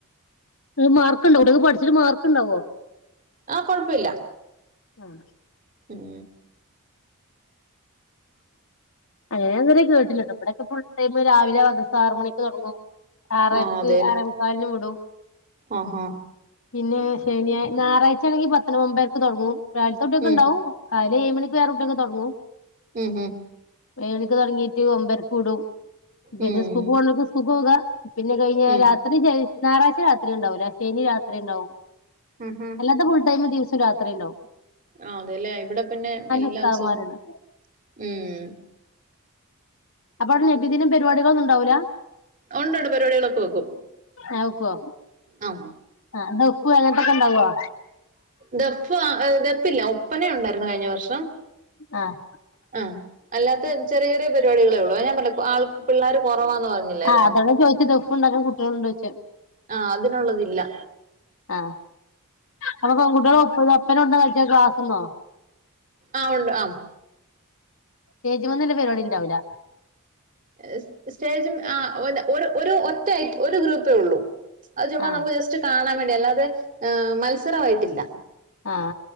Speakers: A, on the left (about 60°); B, on the right (about 35°).
A: മാർക്ക് ഉണ്ടോ കുട്ടികൾക്ക് പഠിച്ചിട്ട് മാർക്കുണ്ടാവോ
B: ആഹ് കൊഴപ്പമില്ല
A: ആഹ്
B: ഉം
A: അങ്ങനിന്നേരെ കേട്ടില്ല ട്ടോ ഇവിടൊക്കെ ഫുൾടൈം രാവിലെ മദ്രസ ആറ് മണിക്ക് തുടങ്ങും ആറരക്ക്
B: ആ അതെല്ലേ
A: ആറേമുക്കാലിന് വിടും
B: ആ-ഹാ
A: പിന്നെ ശനിയാ ഞായറാഴ്ചയാണെങ്കിൽ പത്തിന് മുമ്പേയ്ക്ക് തുടങ്ങും രാവിലത്തൊട്ടൊക്കെണ്ടാവും
B: ഉം
A: രാവിലെ ഏഴ് മണിക്ക് വേറെകുട്ടികൾക്ക് തുടങ്ങും
B: ഹ്മ്-ഹ്മ്
A: ഏഴ്മണിക്ക് തുടങ്ങിയിട്ട് ഒമ്പരക്ക് വിടും പിന്നെ
B: ഉം
A: സ്കൂള്ക്ക് പോണര്ക്ക് സ്കൂള്ക്ക് പോക പിന്നെ കഴിഞ്ഞാ
B: ഉം
A: രാത്രി ഞായറാഴ്ച രാത്രി ഉണ്ടാവൂല ശനി രാത്രി ഉണ്ടാവും
B: ഉം ഉം
A: അല്ലാത്ത ഫുൾടൈം ദിവസവും രാത്രിയുണ്ടാവും
B: ആ അതെല്ലേ ഇവിടെപ്പിന്നെ എല്ലാദിവസവും
A: ഉസ്താദ്മാരുണ്ട്
B: ഉം
A: അപ്പ അവിടെ നബിദിനം പരിപാടികളൊന്നുണ്ടാവൂല
B: ഉണ്ട്ണ്ട് പരിപാടികളൊക്കെ വെക്കും
A: ആവെക്കോ
B: ആ
A: ആ ദഫും അങ്ങത്തൊക്കെ ഇണ്ടാവുഓ
B: ദഫ് ദഫില്ല ഒപ്പന ഉണ്ടായിരുന്നു കഴിഞ്ഞവർഷം
A: ആഹ്
B: ആ അല്ലാത്ത ചെറിയ ചെറിയ പരിപാടികളെ ഉള്ളൂ ഞാൻ പറഞ്ഞില്ലേ ആൾ പിള്ളേര് കുറവാന്ന് പറഞ്ഞില്ലാരുന്നോ
A: ആഹ് അതാണ് ചോദിച്ചത് ദഫ് ഉണ്ടാക്കാൻ കുട്ടികള്ണ്ടായിച്ച്
B: ആഅതിനുള്ളതില്ല
A: ആ അപ്പൊ പെൺകുട്ടികളെ ഒപ്പ ഒപ്പന കൊണ്ട അയിറ്റ കാത്തുന്നോ
B: ആ ഉണ്ട് ആ
A: സ്റ്റേജ്മന്ന്ലേ പരിപാടിണ്ടാവില്ല
B: എ സ്റ്റേജും ആ ഒ ഒരു ഒരു ഒറ്റ ഒരു ഗ്രൂപ്പേ ഉള്ളൂ അത് ചുമ്മാ
A: ആഹ്
B: നമുക്ക് ജസ്റ്റ് കാണാൻ വേണ്ടി അല്ലാതെ മത്സരമായിട്ടില്ല
A: ആ